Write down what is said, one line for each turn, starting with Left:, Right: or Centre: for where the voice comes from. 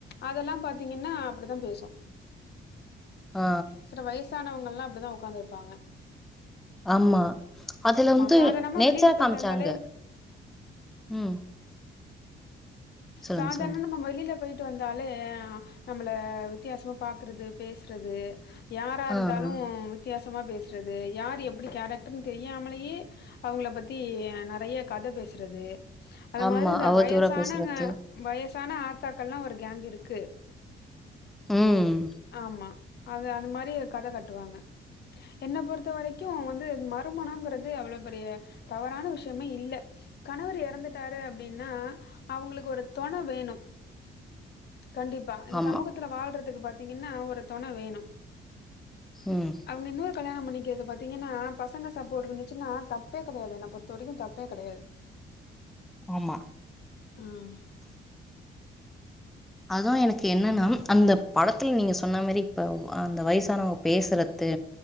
Left: அதெல்லா பாத்தீங்கன்னா அப்டிதா பேசும்
Centre: ஆ
Left: சில வயசானவங்கல்லா அப்டிதா உக்காந்துருப்பாங்க
Centre: ஆமா அதுல வந்து
Left: சாதாரணமா
Centre: நேச்சரா
Left: வெளியில போயிட்டு
Centre: காமிச்சாங்க
Left: வந்தாலே
Centre: ம் சொல்லுங்க
Left: சாதாரண
Centre: சொல்லுங்க
Left: நம்ம வெளில போயிட் டு வந்தாலே நம்மள வித்தியாசமா பாக்குறது பேசுறது யாரா இருந்தாலு
Centre: ஆ ஆ.
Left: வித்தியாசமா பேசுறது யார் எப்டி கேரக்டர்னு தெரியாமலேயே அவுங்கள பத்தி நறைய கத பேசுறது அது
Centre: ஆமா
Left: மாதரி இந்த
Centre: அவதூறா
Left: வயசானங்க
Centre: பேசுறது
Left: வய சான ஆத்தாக்கள்ல்லா ஒரு கேங் இருக்கு
Centre: ம்
Left: ஆமா அது அத மாரி இருக் கத கட்டுவாங்க என்ன பொறுத்த வரைக்கு வந்து மறுமனங்கறது அவ்ளோ பெரிய தவறான விஷயமே இல்ல கணவர் இறந்துட்டாரு அப்டின்னா அவுங்களுக்கு ஒரு தோண வேணு கண்டிப்பா இந்த
Centre: ஆமா
Left: சமூகத்துல வாழ்றதுக்கு பாத்தீங்கன்னா ஒரு தோண வேணு
Centre: ம்
Left: அவுங்க இன்னொரு கல்யாணோ பண்ணி கிறக்கு பாத்தீங்கன்னா பசங்க சாப்போட்டு இருந்துச்சுன்னா தப்பே கெடையாது என்ன பொறுத்த வரைக்கி தப்பே கெடையாது
Centre: ஆமா
Left: ம்
Centre: அது எனக்கு என்னன்னா அந்த படத்துல நீங்க சொன்ன மேரி இப்ப அந்த வயசானவங்க பேசுற றது